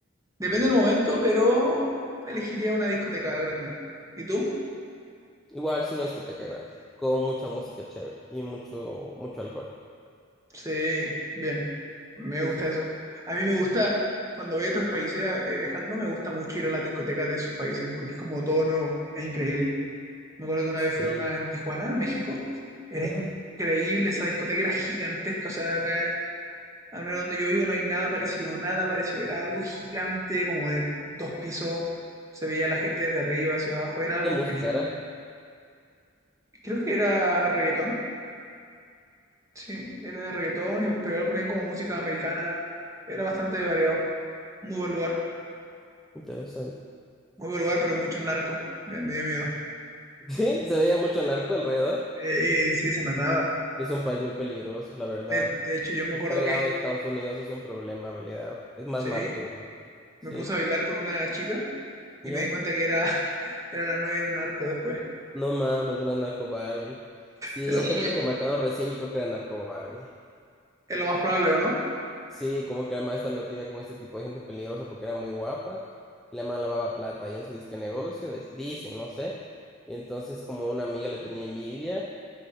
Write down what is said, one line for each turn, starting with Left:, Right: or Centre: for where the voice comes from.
Right: depende del momento, pero elegiría una discoteca grande. ¿Y tú?
Centre: Igual si una discoteca grande, con mucha música chévere y mucho, mucho alcohol.
Right: Sí, bien, me
Centre: Ok.
Right: gusta eso. A mí me gusta, cuando voy a otros países eh, viajando, me gusta mucho ir a las discotecas de esos países, porque es como todo nuevo, es increíble. Me acuerdo que una
Centre: Sí.
Right: vez fui a una en Tijuana, México. Era
Centre: Ajá.
Right: increíble, esa discoteca era gigantesca. O sea, acá, al menos donde yo vivo, no hay nada parecido, nada parecido. Era algo gigante, como de dos pisos. Se veía la gente desde arriba hacia abajo. Era
Centre: ¿Y
Right: algo
Centre: ¿Qué música
Right: increíble.
Centre: era?
Right: Creo que era reggaetón. Sí, era de reggaetón, y, pero igual ponían como música americana. Era bastante variado. Muy buen lugar.
Centre: Interesante.
Right: Muy buen lugar, pero mucho narco. Me, me dio miedo.
Centre: <laughs> Sí, se veía mucho narco alrededor.
Right: Eh, sí, se notaba.
Centre: Es un país muy peligroso, la verdad.
Right: De, de hecho, yo me
Centre: Estar
Right: acuerdo
Centre: al
Right: que,
Centre: lado de Estados Unidos es un problema, en realidad. Es más
Right: sí,
Centre: malo que bueno. Sí,
Right: me puse a bailar con una chica y
Centre: ya.
Right: me di cuenta que era, <laughs> era la novia de un narco después.
Centre: No mames, una narco Barbie. Sí,
Right: Te lo
Centre: esta
Right: juro.
Centre: chica
Right: Sí,
Centre: que mataron recién, yo creo que era narco Barbie.
Right: Es lo más probable, ¿o no?
Centre: Sí, como que además está metida con este tipo de gente peligrosa porque era muy guapa. Y la man lavaba plata ahí en su disque negocio, dis- dicen, no sé. Y entonces, como una amiga le tenía envidia